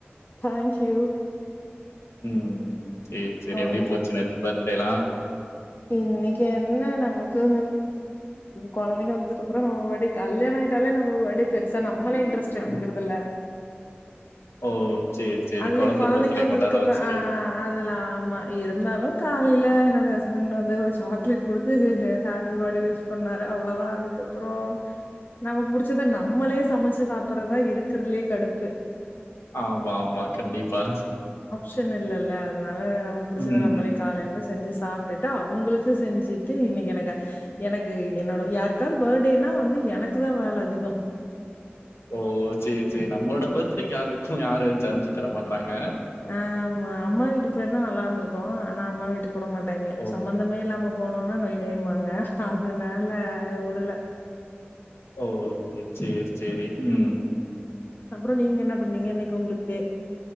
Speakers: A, on the left; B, on the left.
A: thank you
B: உம் உம் சேரி சேரி எப்படி
A: இன்
B: போச்சு நேத்துப் ப டே லா
A: இன்னைக்கு என்ன நமக்கு கொழந்தைங்க வந்ததுக்கு அப்புறம் நம்ம ஃபடேகல்யாணம் ஆயிட்டாலே நம்ம ஃபடே பெருசா நம்மளே இன்ட்ரெஸ்ட் எடுத்தகறதில்ல
B: ஓ சேரி சேரி
A: அது
B: கொழந்த
A: கொழந்தைங்க
B: பர்த்டே
A: வந்ததுக்கு
B: கொண்டாட
A: அப்புறம்
B: வர சரியா
A: ஆஹ் அதுல்லாம் ஆமா இருந்தாலும் காலையில என்னோட ஹஸ்பண்ட் வந்து ஒரு சாக்லேட் கொடுத்து ஹாப்பி பர்டே விஸ் பண்ணாரு அவ்ளதா அதுக்கப்புறம் நமக்கு புடிச்சத நம்மளே சமைச்சு சாப்பறதா இருக்கறதுலே கடுப்பு
B: ஆமா ஆமா கண்டிப்பா
A: சன் இல்லல்ல அதனால நமக்கு புடிச்சத
B: ம்.
A: நம்மலே காலைல செஞ்சு சாப்டிட்டு அவுங்களுக்கு செஞ்சுட்டு இன்னைக்கு எனக்கு எனக்கு என்னோட யாருக்காவது பர்த்டேனா வந்து எனக்கு தான் வேலை அதிகம்
B: ஓ சேரி சேரி நம்மளோட பர்த்டேக்கு யாருக்கும் யாரு செஞ்சு தர மாட்றாங்க
A: ஆஹ் அம்மா வீட்டுக்கு போயிருந்தா நல்லா இருந்திருக்கும் ஆனா அம்மா வீட்டுக்கு கூப்ட மாட்டாங்க
B: ஓ!
A: சம்பந்தமே இல்லாம போனோனா நொய் நொய் பாங்க அது வேல உடல
B: ஓ சேரி சேரி உம்
A: அப்புறம் நீங்க என்ன பண்ணீங்க இன்னைக்கு உங்களுக்கு